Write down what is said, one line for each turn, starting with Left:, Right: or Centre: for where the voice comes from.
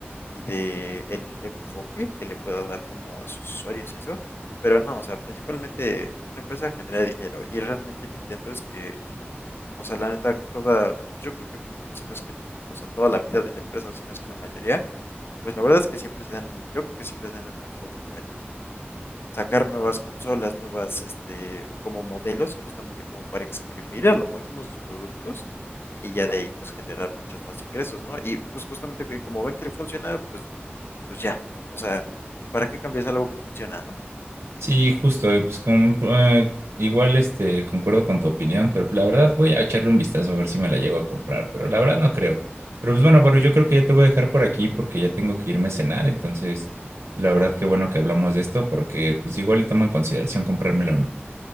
Left: y de el enfoque que le pueda dar como a sus usuarios y eso. Pero no, o sea, principalmente una empresa genera dinero y realmente Nintendo es que, o sea, la neta, toda, pues yo creo que si no es que, o sea, toda la vida de la empresa, o si no es que la mayoría, pues la verdad es que siempre se han, yo creo que siempre se han enfocado como en sacar nuevas consolas, nuevas, este, como modelos, justamente como para exprimir a lo máximo sus productos y ya de ahí pues generar muchos más ingresos, ¿no? Y pues justamente que como ven que funciona, pues pues ya, o sea, ¿para qué cambias algo que funciona, no?
Right: Sí, justo, y pues como eh, igual este concuerdo con tu opinión, pero pues, la verdad voy a echarle un vistazo a ver si me la llego a comprar, pero la verdad no creo. Pero pues bueno, pero yo creo que ya te voy a dejar por aquí porque ya tengo que irme a cenar, entonces la verdad qué bueno que hablamos de esto porque pues igual y tomo en consideración comprármela o no.